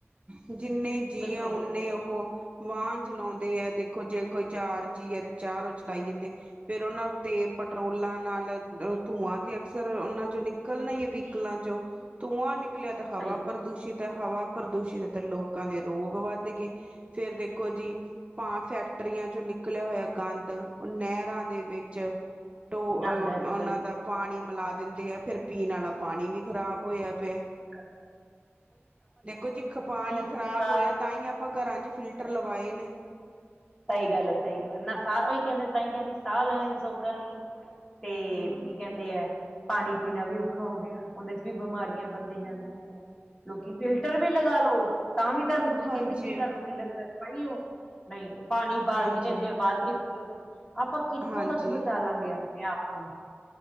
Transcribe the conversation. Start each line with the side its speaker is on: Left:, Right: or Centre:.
Right: ਜਿੰਨੇ ਜੀਅ
Left: ਬਿਲਕੁਲ
Right: ਆ ਓਨੇ
Left: ਬਿਲਕੁਲ
Right: ਓਹ ਵਾਹਨ ਚਲਾਉਂਦੇ ਐ ਦੇਖੋ ਜੇ ਕੋਈ ਚਾਰ ਜੀ ਐ ਤੇ ਚਾਰ ਓ ਚਲਾਈ ਜਾਂਦੇ ਫਿਰ ਓਨਾਂ ਤੇ ਪੈਟਰੋਲਾਂ ਨਾਲ ਧੂੰਆਂ ਤੇ ਅਕਸਰ ਓਨਾ ਚੋਂ ਨਿਕਲਣਾ ਈ ਐ ਵੀਕਲਾਂ ਚੋਂ ਧੂੰਆਂ ਨੀ ਨਿਕਲਾ ਤਾਂ ਹਵਾ
Left: ਸਹੀ ਗੱਲ
Right: ਪ੍ਰਦੂਸ਼ਿਤ ਐ ਹਵਾ ਪ੍ਰਦੂਸ਼ਿਤ ਤੇ ਲੋਕਾਂ ਦੇ ਰੋਗ ਵੱਧ ਗੇ ਫਿਰ ਦੇਖੋ ਜੀ ਭਾ ਫੈਕਟਰੀਆਂ ਚ ਨਿਕਲਿਆ ਹੋਇਆ ਗੰਦ ਓ ਨੇਰਾਂ ਦੇ ਵਿੱਚ ਟੋ
Left: ਹੈ। ਜਾਂਦਾ
Right: ਅ
Left: ਹੈ
Right: ਓਨਾਂ
Left: ਬਿਲਕੁਲ
Right: ਦਾ ਪਾਣੀ ਮਿਲਾ ਦਿੰਦੇ ਆ ਫਿਰ ਪੀਣ ਆਲਾ ਪਾਣੀ ਵੀ ਖ਼ਰਾਬ ਹੋਇਆ ਪਿਆ।
Left: ਗੰਦਾ।
Right: ਦੇਖੋ ਜੀ ਖ ਪਾਣੀ ਖ਼ਰਾਬ
Left: ਸੌਖਾ
Right: ਹੋਇਆ ਤਾਂ ਈ ਆਪਾਂ ਘਰਾਂ ਚ ਫਿਲਟਰ ਲਵਾਏ ਨੇ
Left: ਸਈ ਗੱਲ ਐ ਸਈ ਗੱਲ ਨਾ ਸਾਹ ਓਹੀ ਕੈਂਦੀ ਤਾਂਹੀ ਕੈਂਦੀ ਸਾਹ ਲੈਣਾ ਵੀ ਸੌਖਾ ਨੀ ਤੇ
Right: ਹੂੰ,
Left: ਕੀ ਕੈਂਦੇ ਐ ਪਾਣੀ ਪੀਣਾ ਵੀ ਔਖਾ ਹੋ ਗਿਆ ਉਹਦੇ ਚ ਵੀ ਬਿਮਾਰੀਆਂ ਬਣਦੀ ਜਾਂਦੀਆਂ ਨੇ, ਲੋਕੀ ਫਿਲਟਰ ਵੀ ਲਗਾ ਲਓ। ਤਾਂ ਵੀ ਤੁਹਾਨੂੰ ਤੁਸੀਂ
Right: ਹਾਂਜੀ।
Left: ਕਹਿੰਦੇ ਕੀ ਤੁਹਾਨੂੰ ਕੀ ਲੱਗਦਾ ਭਾਈ ਉਹ ਨਹੀਂ ਪਾਣੀ ਬਾਲ
Right: ਹਾਂਜੀ,
Left: ਕੇ ਕਹਿੰਦੇ ਆ ਬਾਲ ਕੇ, ਆਪਾਂ ਕਿੱਥੋਂ
Right: ਹਾਂਜੀ।
Left: ਤੱਕ ਬਚਾਲਾਂਗੇ ਆਪਣੇ ਆਪ ਨੂੰ,